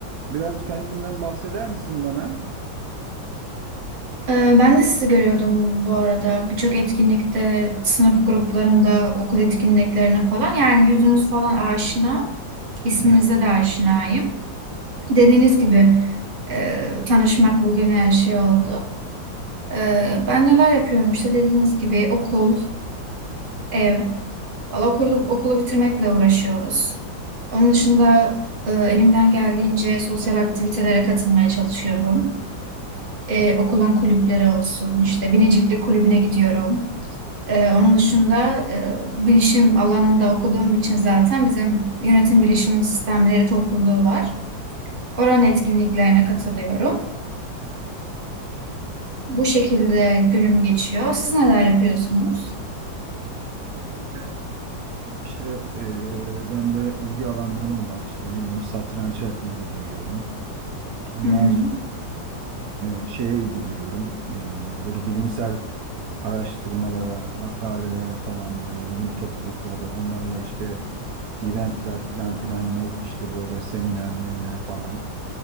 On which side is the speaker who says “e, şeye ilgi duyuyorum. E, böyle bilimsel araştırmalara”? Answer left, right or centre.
Right